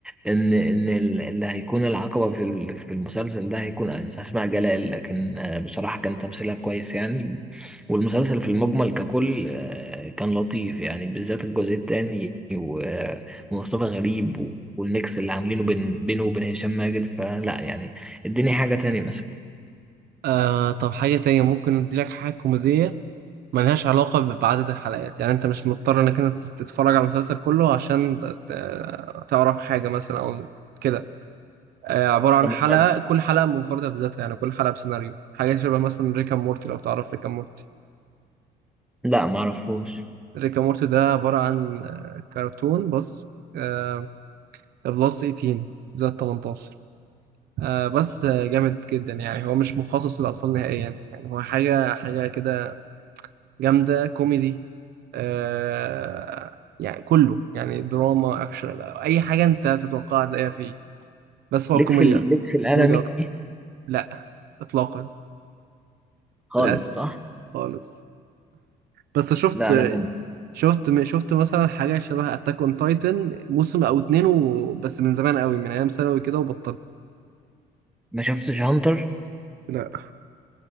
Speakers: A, in the centre; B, on the right (about 70°).
A: ان ان ال- اللي هيكون العقبة في ال- في المسلسل ده هيكون أس- اسماء جلال لكن آه، بصراحة كان تمثيلها كويس يعني والمسلسل في المجمل ككل آه، كان لطيف يعني بالذات الجزء التاني و- آه، ومصطفى غريب و- والميكس اللي عاملينه بين بينه وبين هشام ماجد فلا يعني اديني حاجة تانية
B: آه طب حاجة تانية ممكن اديلك حاجة كوميدية ملهاش علاقة ب- بعدد الحلقات يعني انت مش مضطر انك انت تت- تتفرج على المسلسل كله عشان ت- ت- تعرف حاجة مثلا او كده آه، عبارة عن
A: مثلا
B: حلقة كل حلقة منفردة بذاتها يعني كل حلقة بسيناريو حاجة شبه مثلا ريكا مورتي لو تعرف ريكا مورتي
A: لا ما اعرفوش
B: ريكا مورتي ده عبارة عن آه، كرتون بس آه، بلس 18 زائد 18 آه، بس آه، جامد جدا يعني هو مش مخصص للأطفال نهائيا يعني هو حاجة حاجة كده جامدة كوميدي آه يعني كله يعني دراما أكشن أي حاجة أنت تتوقعها تلاقيها فيه بس هو
A: ليك
B: كوميدي
A: في ال... ليك في الانمي
B: كوميدي أكتر لا إطلاقا
A: خالص
B: للأسف
A: صح
B: خالص بس شفت
A: لا انا كنت
B: شفت شفت مثلا حاجة شبه أتاك أون تايتن موسم أو اتنين و... بس من زمان قوي من أيام ثانوي كده وبطلت
A: ما شفتش هانتر
B: لا